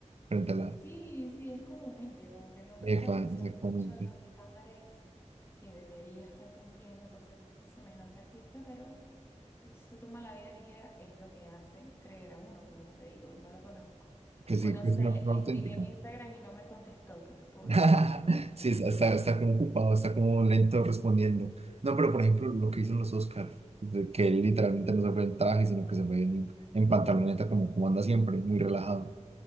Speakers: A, on the right; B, on the left.
A: frente a la
B: Sí, sí, es como humilde, como que no presta
A: EFA,
B: atención
A: exactamente.
B: mucho a los estándares que debería estar cumpliendo por ser semejante artista, pero pff, él se toma la vida ligera, es lo que hace creer a uno, como te digo, no lo conozco.
A: Que sí,
B: O no
A: que
B: sé,
A: es una
B: le,
A: persona
B: le
A: auténtica.
B: escribí en Instagram y no me contestó, ¿qué te puedo
A: <laughs>
B: decir?
A: Sí, está, está, está como ocupado, está como lento respondiendo. No, pero por ejemplo, lo que hizo en los Oscars, que él literalmente no se fue en traje, sino que se fue en, en pantaloneta como, como anda siempre, muy relajado.